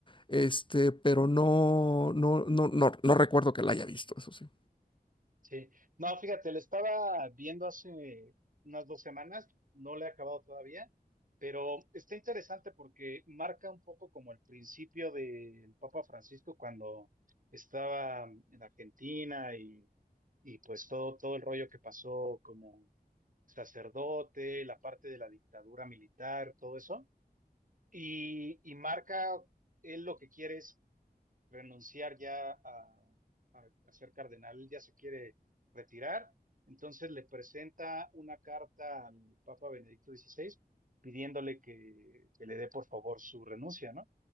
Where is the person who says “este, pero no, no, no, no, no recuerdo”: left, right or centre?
Left